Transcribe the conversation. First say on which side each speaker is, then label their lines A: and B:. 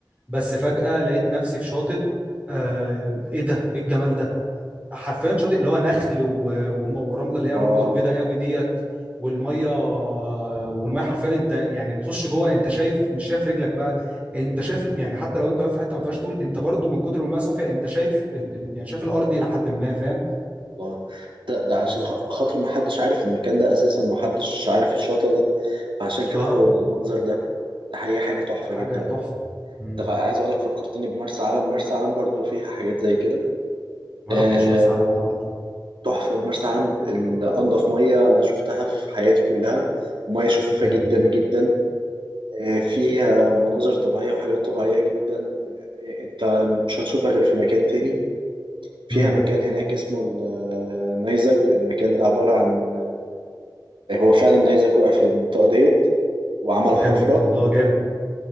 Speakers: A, on the right (about 15°); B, on the right (about 85°).
A: بس فجاه لقيت نفسي في شاطئ آه ايه ده ايه الجمال ده حرفيا شاطئ اللي هو نخل و... وم- ورمله اللي
B: الله
A: هي الرمله البيضاء قوي ديت والميه والميه حرفيا انت يعني بتخش جوه انت شايف مش شايف رجلك بقى انت شايف يعني حتى لو انت واقف في حته ما فيهاش طول انت برضو من كتر ما الميه صافيه انت شايف ال... ال... يعني شايف الارض الى حد ما فاهم
B: الله ده ده عشان
A: وف...
B: خ- خاطر ما حدش عارف المكان ده اساسا ما حدش عارف الشاطئ ده عشان كده
A: اه
B: هو بالمنظر ده ده حقيقي حاجه تحفه
A: حاجه
B: جدا
A: تحفه مم.
B: ده ف- عايز اقول لك فكرتني بمرسى علم مرسى علم برضو فيها حاجات زي كده
A: ما
B: آه،
A: رحتش مرسى علم انا عمري
B: تحفه مرسى علم ال- انضف ميه انا شفتها في حياتي كلها ميه شفافه
A: جامد
B: جدا جدا آه، فيها مناظر طبيعية وحاجات طبيعية جدا آه، انت مش هتشوفها غير في مكان تاني فيها
A: امم
B: مكان هناك اسمه النيزك المكان ده عبارة عن آه، هو فعلا النيزك وقع في المنطقة ديت وعمل
A: جامد
B: حفرة
A: الله جامد